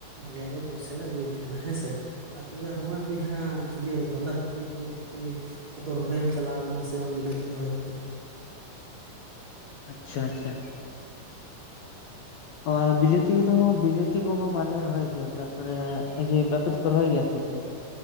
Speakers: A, on the right; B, on the left.
A: ᱟᱞᱮ ᱭᱟᱜ ᱫᱚ ᱯᱩᱭᱥᱟ ᱞᱮ ᱟᱜᱩᱭ ᱛᱮᱦᱮᱸᱱᱟ ᱦᱮᱸ ᱥᱮ᱾ ᱟᱨ ᱛᱚᱵᱮ ᱦᱚᱸᱜ-ᱚᱭ ᱵᱚᱭᱦᱟ ᱤᱭᱟᱹ ᱵᱟᱸᱫᱷᱟ ᱠᱩᱯᱤ ᱯᱷᱩᱞ ᱠᱩᱯᱤᱼᱼ ᱠᱚᱫᱚ ᱨᱚᱦᱚᱭᱮᱢ ᱪᱟᱞᱟᱣ ᱟᱠᱟᱱᱟ ᱥᱮ ᱵᱟᱝ ᱵᱤᱞᱟᱹᱛᱤ ᱨᱚᱦᱚᱭ ᱠᱚᱫᱚ?
B: ᱟᱪᱪᱷᱟ ᱟᱪᱷᱟ᱾
A: <inaudible>
B: ᱚᱻ ᱟᱨ ᱵᱤᱞᱟᱹᱛᱤ ᱠᱩᱫᱚ‌ ᱦᱚᱸ ᱵᱤᱞᱟᱹᱛᱤ ᱠᱚᱦᱚ ᱵᱟᱞᱮ ᱨᱚᱦᱚᱭ ᱜᱮᱭᱟ ᱛᱟᱯᱚᱨᱮ ᱤᱭᱟᱹ ᱵᱚ ᱟᱯᱮ ᱛᱚ ᱯᱮ ᱨᱚᱦᱚᱭ ᱜᱮᱭᱟ ᱛᱚ ᱪᱮ?